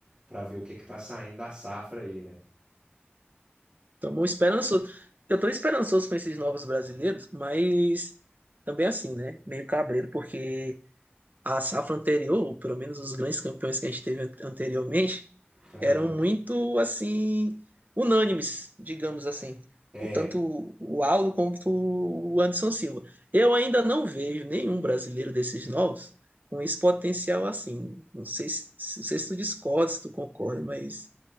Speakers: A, on the right; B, on the right.
A: pra ver o que que tá saindo da safra aí, né?
B: Tô bom esperançoso. Eu tô esperançoso com esses novos brasileiros, mas também assim, né? Meio cabreiro, porque a safra anterior, ou pelo menos os grandes campeões que a gente teve an- anteriormente,
A: Aham.
B: eram muito assim unânimes, digamos assim.
A: É.
B: O tanto o Aldo quanto o Anderson Silva. Eu ainda não vejo nenhum brasileiro desses novos com esse potencial assim. Não sei se, se- não sei se tu discorda, se tu concorda, mas